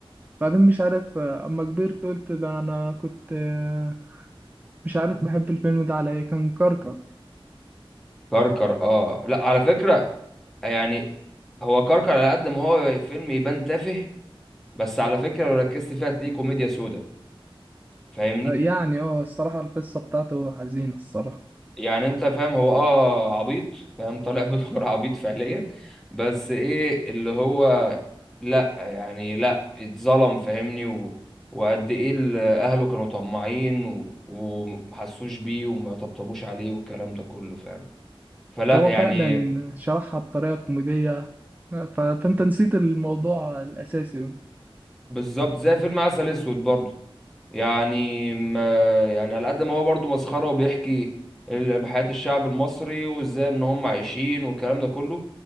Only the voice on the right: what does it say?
بعدين مش عارف آه، اما كبرت قلت ده انا كنت آه، مش عارف بحب الفيلم ده على ايه كان كركر
آه، يعني اه الصراحة القصة بتاعته حزينة الصراحة
هو
فعلا شرحها بطريقة كوميدية آه، ف- فانت نسيت الموضوع الاساسي